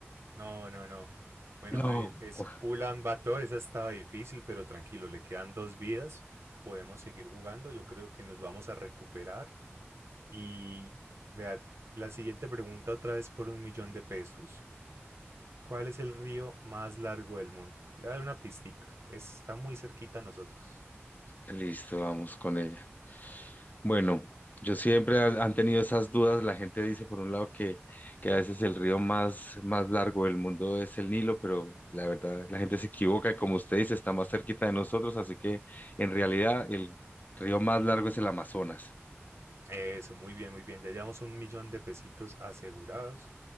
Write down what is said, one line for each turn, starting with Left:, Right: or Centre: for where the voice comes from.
Right: No, no, no. Bueno,
Left: No.
Right: Javier, es
Left: Uf,
Right: Ulan Bator, esa estaba difícil, pero tranquilo, le quedan dos vidas. Podemos seguir jugando, yo creo que nos vamos a recuperar Y vea, la siguiente pregunta otra vez por un millón de pesos. ¿Cuál es el río más largo del mundo? Le voy a dar una pistica. Está muy cerquita a nosotros.
Left: listo, vamos con ella. Bueno, yo siempre ha- han tenido esas dudas. La gente dice, por un lado, que, que a veces el río más, más largo del mundo es el Nilo, pero la verdad, la gente se equivoca. Como usted dice, está más cerquita de nosotros, así que en realidad el río más largo es el Amazonas.
Right: Eso, muy bien, muy bien. Ya llevamos un millón de pesitos asegurados.